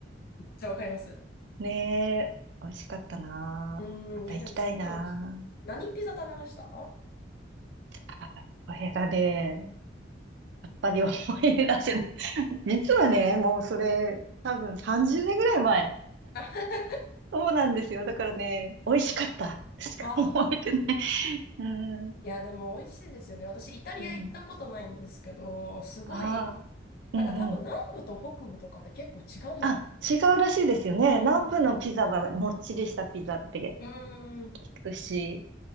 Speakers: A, on the left; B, on the right.
A: めっちゃわかります。
B: ねえ、美味しかったな。
A: うーん、
B: また行きたいな。
A: いや、でも、すっごい美味しいです。何ピザ食べました
B: あこれがね、やっぱり思い出せない。実はね、もうそれ、多分30年ぐらい前。
A: あ
B: そうなんですよ。だからね、美味しかった。しか思えてない。
A: ああ、
B: うん。
A: いや、でも美味しいですよね。私、イタリア行ったことないんですけど、
B: うん。
A: すごい、
B: ああ、
A: なんか多分南部と北部とかで結構違うのかなと思って。
B: うんうん。あ、違うらしいですよね。
A: う
B: 南部のピザはもっちりしたピザって
A: ん。うーん。
B: 聞くし。